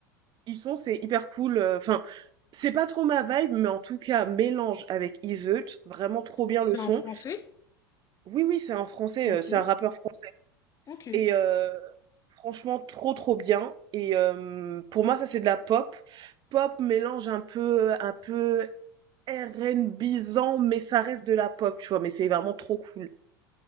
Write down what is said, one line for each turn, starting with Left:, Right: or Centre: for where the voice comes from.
Right: Ichon, c'est hyper cool. euh, Enfin, c'est pas trop ma vibe, mais en tout cas, Mélange avec Iseult. Vraiment trop bien
Left: C'est
Right: le son.
Left: en français?
Right: Oui, oui, c'est un français.
Left: Ok,
Right: euh, C'est un rappeur français.
Left: ok.
Right: Et heu, franchement trop, trop bien et hem, pour moi ça c'est de la pop. Pop mélange un peu un peu RnBisant mais ça reste de la pop, tu vois? Mais c'est vraiment trop cool.